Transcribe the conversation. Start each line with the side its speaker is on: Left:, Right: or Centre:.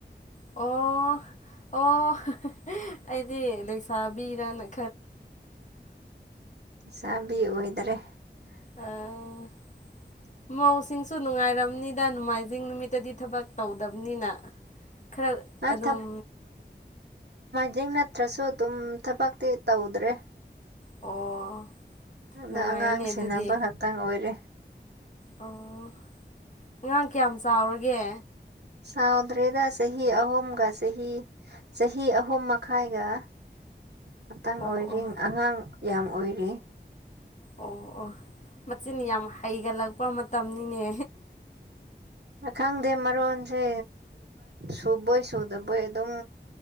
Left: ꯑꯣ ꯑꯣ ꯑꯩꯗꯤ ꯂꯦꯛꯁꯥꯕꯤꯔꯅ
Right: ꯆꯥꯕꯤ ꯑꯣꯏꯍꯤꯗꯔꯦ <inaudible>
Left: ꯑꯥ ꯃꯧꯁꯤꯡꯁꯨ ꯅꯨꯡꯉꯥꯏꯔꯝꯅꯤꯗ ꯅꯣꯡꯃꯥꯏꯖꯤꯡ ꯅꯨꯃꯤꯠꯇꯗꯤ ꯊꯕꯛ ꯇꯧꯗ ꯕꯅꯤꯅ ꯈꯔ
Right: ꯅꯪ
Left: ꯑꯗꯨꯝ
Right: ꯖꯤꯤꯡ ꯅꯠꯇ꯭ꯔꯁꯨ ꯑꯗꯨꯝ ꯊꯕꯛꯇꯤ ꯇꯧꯗ꯭ꯔꯦ
Left: ꯑꯣ
Right: ꯑꯗ
Left: ꯅꯨꯡꯉꯥꯏꯅꯦ
Right: ꯑꯉꯥꯡ ꯁꯦꯟꯅꯕ
Left: ꯑꯗꯨꯗꯤ
Right: ꯈꯛꯇꯪ ꯑꯣꯏꯔꯦ
Left: ꯑꯣ ꯑꯉꯥꯡ ꯀꯌꯥꯝ ꯆꯥꯎꯔꯒꯦ
Right: ꯁꯥꯎꯗ꯭ꯔꯦꯗ ꯆꯍꯤ ꯑꯍꯨꯝꯒ ꯆꯍꯤ ꯆꯍꯤ ꯑꯍꯨꯝ ꯃꯈꯥꯏꯒ ꯃꯇꯥꯡ
Left: ꯑꯣ
Right: ꯑꯣꯏꯔꯤ
Left: ꯑꯣ
Right: ꯑꯉꯥꯡ ꯌꯥꯝ ꯑꯣꯏꯔꯤ
Left: ꯑꯣ ꯑꯣ ꯃꯆꯤꯡ ꯌꯥꯝ ꯍꯩꯒꯠꯂꯛꯄ ꯃꯇꯝꯅꯤꯅꯦ
Right: ꯈꯪꯗꯦ ꯃꯔꯣꯟꯁꯦ ꯁꯨꯕꯣꯏ ꯁꯨꯗꯕꯣꯏ ꯑꯗꯨꯝ